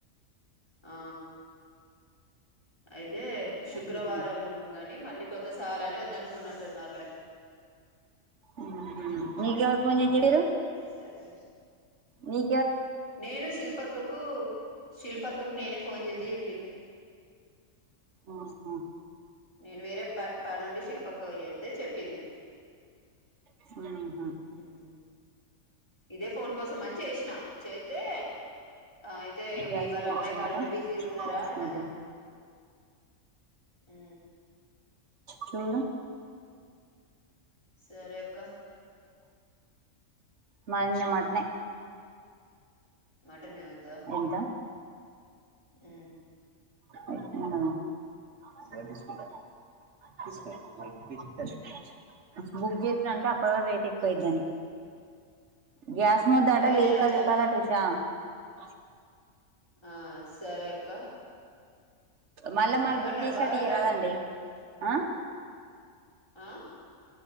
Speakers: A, on the left; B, on the right.
A: ఆ ఆయిత్ అయితే శుక్రవారం
B: ఉహు
A: గని మళ్ళీ కొ ఇంత చాలని వద్దనుకున్నట్టున్నారులే
B: ఉహు
A: ఉమ్
B: నీకు ఎవరు ఫోన్ చేసి చెప్పిరు
A: సరే
B: మీ
A: నేను శిల్ప అక్కకు కు శిల్పక్కకు నేనే ఫోన్ చేసి చెప్పింది
B: ఆహా
A: నేను వేరే ప పనీ ఉండి శిల్ప అక్కకు చెత్తే చెప్పింది
B: ఆహా
A: ఉమ్ ఇదే ఫోన్ కోసం అని చేసినా చేత్తే అయితే ఇగా
B: గ్యాస్
A: బి వాళ్ళ
B: మొద్దు
A: అమ్మాయి
B: ఎంత
A: కాడ ఉండి బిజీగా ఉన్నారా
B: గ్యాస్
A: అన్నది
B: మొద్దు
A: ఉ
B: చూడ
A: సరేక్క
B: మది నీన్న మటన్ ఏ
A: మటన్ ఏ ఉందా
B: ఎంత
A: ఊ
B: అయిపోయి <unintelligible>
A: హ్మ్.
B: <unintelligible> తీసుకుంటా తీసుకున్నావా మరి <unintelligible> బుక్ చేసినంటే <unintelligible> రేట్ ఎక్కువ
A: ఆ!
B: అయిద్దాని గ్యాస్ ముద్దాటా
A: ఏ
B: వెయ్యి
A: నేను
B: పది
A: అట్లా
B: రూపాయలంట ఉషా బ
A: ఆ సరే అక్క
B: మళ్ళా మరి
A: ఏమంటాడు
B: బుక్ చేసిన
A: బాగేమంటాడు
B: ఆటు ఇయా రాదండి ఆ
A: ఆ